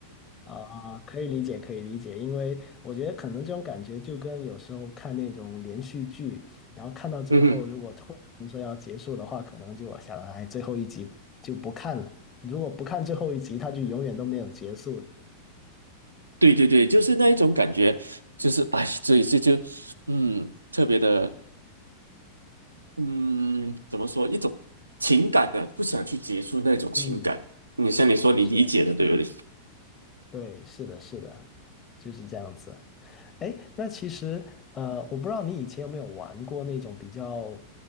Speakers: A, on the left; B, on the right.
A: 啊，可以理解，可以理解，因为我觉得可能这种感觉就跟有时候看那种连续剧，然后看到最后，
B: <laughs> 嗯哼。
A: 如果突然间说要结束的话，可能就我想，哎，最后一集就不看了。如果不看最后一集，它就永远都没有结束。
B: 对对对，就是那一种感觉，就是哎，所以这就嗯，特别的嗯，怎么说一种情感的，不想去结束那种情感。
A: 嗯，
B: 你像你说你理解的，
A: 是。
B: 对不对？
A: 对，是的，是的，就是这样子。哎，那其实呃，我不知道你以前有没有玩过那种比较，